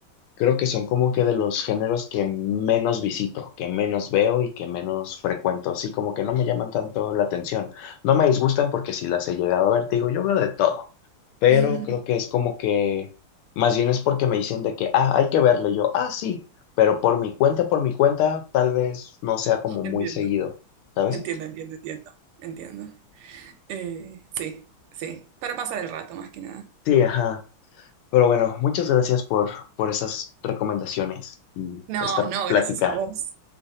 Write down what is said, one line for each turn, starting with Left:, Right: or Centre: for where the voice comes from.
Left: creo que son como que de los géneros que menos visito, que menos veo y que menos frecuento. Así como que no me llaman tanto la atención. No me disgustan porque si las he llegado a ver, te digo, yo veo de todo. Pero
Right: <laughs>
Left: creo que es como que, más bien es porque me dicen de que, ah, hay que verlo. Y yo, ah, sí, pero por mi cuenta, por mi cuenta, tal vez no sea como muy
Right: Entiendo,
Left: seguido, ¿sabes?
Right: entiendo, entiendo, entiendo, entiendo. Eh, sí, sí, para pasar el rato más que nada.
Left: Sí, ajá. Pero bueno, muchas gracias por, por esas recomendaciones y
Right: No,
Left: esta
Right: no,
Left: plática.
Right: gracias a vos.